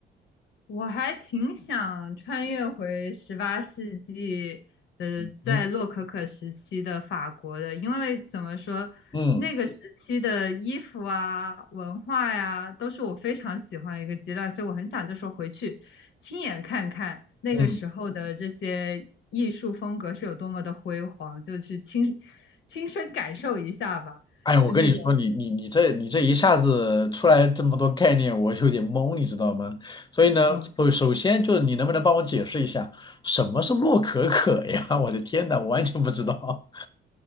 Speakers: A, on the left (about 75°); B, on the left (about 20°).
A: 我还挺想穿越回十八世纪的，
B: 嗯
A: 在洛可可时期的法国的，因为怎么说，
B: 嗯
A: 那个时期的衣服啊、文化呀、都是我非常喜欢的一个阶段，所以我很想就说回去亲眼看看那个时候的这些艺术风格是有多么的辉煌，
B: 嗯。
A: 就去亲亲身感受一下吧，
B: 哎我跟你说，
A: 就那种。
B: 你你你这你这一下子出来这么多概念，我有点懵，你知道吗？所以呢，
A: 哦，
B: 首首先就是你能不能帮我解释一下什么是洛可可呀？<laughs> 我的天呐，我完全不知道。<laughs>